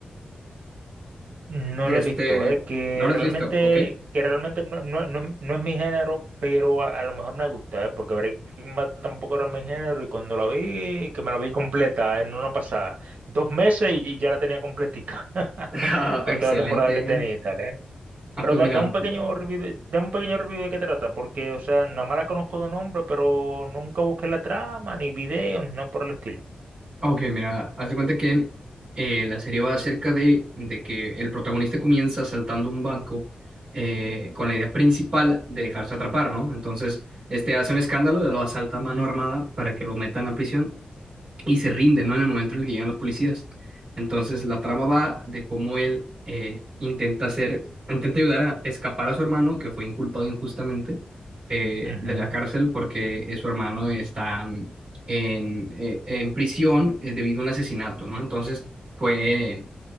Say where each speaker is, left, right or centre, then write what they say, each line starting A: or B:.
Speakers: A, on the right (about 75°); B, on the right (about 50°).
A: No
B: Este,
A: lo he visto, eh, que
B: ¿no lo
A: realmente,
B: has visto? ¿Ok? <laughs>
A: que realmente no, no, no, no es mi género, pero a, a lo mejor me gusta, eh, porque Breaking Bad tampoco era mi género y cuando la vi, que me la vi completa en una pasada, dos meses y ya la tenía completica, <laughs>
B: Ah,
A: con
B: Excelente.
A: toda la temporada que
B: ¿eh?
A: tenía y tal, eh.
B: Ah,
A: Pero
B: pues
A: da,
B: mira.
A: da un pequeño review de, da un pequeño review de qué trata, porque, o sea, nada más la conozco de nombre, pero nunca busqué la trama, ni videos, ni nada por el estilo.
B: Ok, mira, haz de cuenta que eh, la serie va acerca de, de que el protagonista comienza saltando un banco eh, con la idea principal de dejarse atrapar, ¿no? Entonces, este hace un escándalo y lo asalta a mano armada para que lo metan a prisión y se rinde, ¿no? En el momento en el que llegan los policías. Entonces, la trama va de cómo él eh, intenta hacer, intenta ayudar a escapar a su hermano, que fue inculpado injustamente eh,
A: Ujú,
B: de la cárcel porque eh, su hermano está en, eh, en prisión eh, debido a un asesinato, ¿no? Entonces, fue